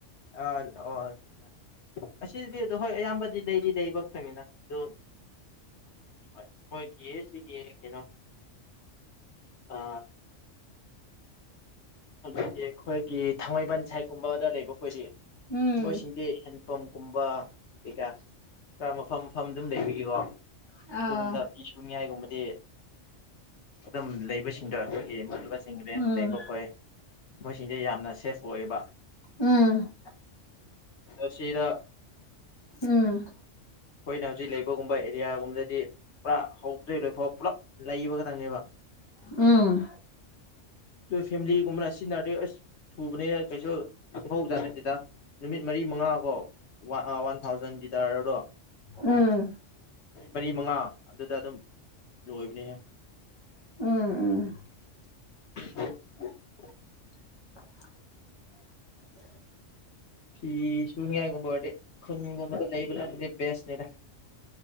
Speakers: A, on the left; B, on the left.
A: ꯑ ꯑꯣ ꯑꯁꯤꯗꯤ ꯑꯗꯣ ꯍꯣꯏ ꯑꯌꯥꯝꯕꯗꯤ ꯂꯩꯗꯤ ꯂꯩꯕ ꯈꯛꯇꯅꯤꯅ ꯑꯗ‌ꯣ ꯎꯝ ꯍꯣꯏ ꯃ‌ꯣꯏꯒꯤ ꯁꯤꯒꯤ ꯀꯩꯅꯣ ꯑ ꯍꯧꯖꯤꯛꯗꯤ ꯑꯩꯈꯣꯏꯒꯤ ꯊꯥꯡꯃꯩꯕꯟ ꯁꯥꯏꯠꯀꯨꯝꯕꯗ ꯂꯩꯕ ꯑꯩꯈꯣꯏꯗꯤ
B: ꯎꯝ
A: ꯃꯣꯏꯁꯤꯡꯗꯤ ꯍ‌ꯦꯟ ꯄꯝ ꯀꯨꯝꯕ ꯀꯩꯀꯥ ꯈꯔ ꯃꯐꯝ ꯃꯐꯝ ꯗꯨꯝ ꯂꯩꯕꯒꯤꯀꯣ
B: ꯑꯥ
A: ꯑꯗꯨꯒꯨꯝꯕ ꯐꯤ ꯁꯨꯅꯤꯉꯥꯏꯒꯨꯝꯕꯗꯤ ꯑꯗꯨꯝ ꯂꯩꯕꯁꯤꯡꯗꯣ ꯑꯩꯈꯣꯏꯒꯤ ꯔꯦꯟ
B: ꯎꯝ
A: ꯂꯩꯕ ꯈꯣꯏ ꯃꯣꯏꯁꯤꯡꯁꯦ ꯌꯥꯝꯅ ꯁꯦꯐ ꯑꯣꯏꯌꯦꯕ
B: ꯎꯝ
A: ꯑꯁꯤꯗ
B: ꯎꯝ
A: ꯑꯩꯈꯣꯏꯅ ꯍꯧꯖꯤꯛ ꯂꯩꯕꯒꯨꯝꯕ ꯑꯦꯔꯤꯌꯥꯒꯨꯝꯕꯗꯗꯤ ꯄꯨꯔꯥ ꯍꯧꯕꯗꯩ ꯂꯣꯏꯐꯥꯎ ꯄꯨꯂꯞ ꯂꯩꯕ ꯈꯛꯇꯪꯅꯦꯕ
B: ꯎꯝ
A: ꯑꯗꯨ ꯐꯦꯃꯤꯂꯤꯒꯨꯝꯕꯅ ꯁꯤꯖꯤꯟꯅꯔꯗꯤ ꯑꯁ ꯊꯨꯕꯅꯤꯅ ꯀꯩꯁꯨ ꯈꯪꯍꯧꯕꯖꯥꯠ ꯅꯠꯇꯦꯗ ꯅꯨꯃꯤꯠ ꯃꯔꯤ ꯃꯉꯥꯀꯣ ꯋꯥ ꯋꯥꯟ ꯊꯥꯎꯖꯟ ꯂꯤꯇꯔꯗꯣ
B: ꯎꯝ
A: ꯃꯔꯤ ꯃꯉꯥ ꯑꯗꯨꯗ ꯑꯗꯨꯝ ꯂꯣꯏꯕꯅꯦꯍꯦ
B: ꯎꯝ ꯎꯝ
A: <unintelligible>
B: <unintelligible>
A: ꯐꯤ ꯁꯨꯅꯤꯡꯉꯥꯏꯒꯨꯝꯕ ꯑꯣꯏꯔꯗꯤ ꯈꯨꯟꯒꯨꯝꯕꯗ ꯂꯩꯕꯅꯗꯤ ꯕꯦꯁꯅꯤꯗ